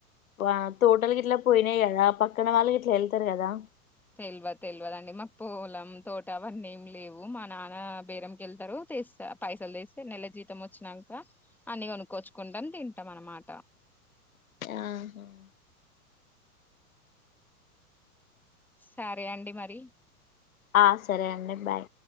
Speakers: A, on the left; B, in the centre.
A: ఆ తోటలకి ఇట్లా పోయినాయి గదా పక్కన వాళ్ళకి ఇట్లా ఎల్తార్ కదా
B: తెల్ వద్ తెలివదుండి మాకు పోలం తోట అవన్నీ ఏమి లేవు మా నాన్న బేరంమ్ క్ తెస్ స్త పైసల్ తీస్తే నెల జీతం వచ్చినాక అన్ని కొనుక్కొచ్చుకుంటాం తింటాం అన్నమాట
A: ఆహా.
B: సరే అండి మరి
A: ఆ సరే అండి బాయ్